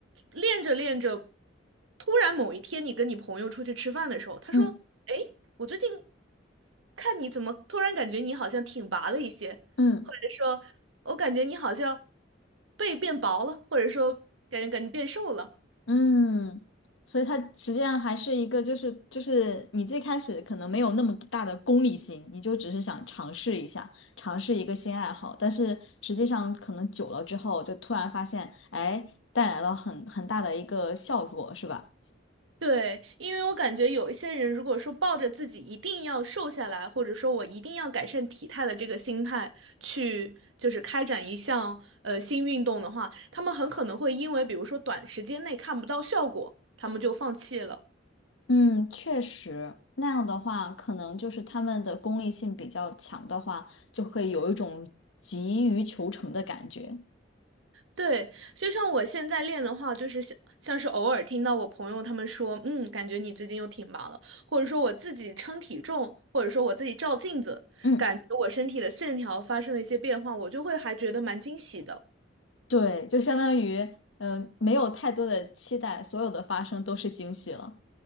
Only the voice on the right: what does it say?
练着练着，突然某一天你跟你朋友出去吃饭的时候，他说，
哎，我最近看你怎么突然感觉你好像挺拔了一些。
或者说。我感觉你好像背变薄了，或者说感觉感觉变瘦了。
对，因为我感觉有一些人，如果说抱着自己一定要瘦下来，或者说我一定要改善体态的这个心态去，就是开展一项呃新运动的话，他们很可能会因为比如说短时间内看不到效果，他们就放弃了。
对，就像我现在练的话，就是像像是偶尔听到我朋友他们说，嗯，感觉你最近又挺忙了，或者说我自己称体重，或者说我自己照镜子，
感觉我身体的线条发生了一些变化，我就会还觉得蛮惊喜的。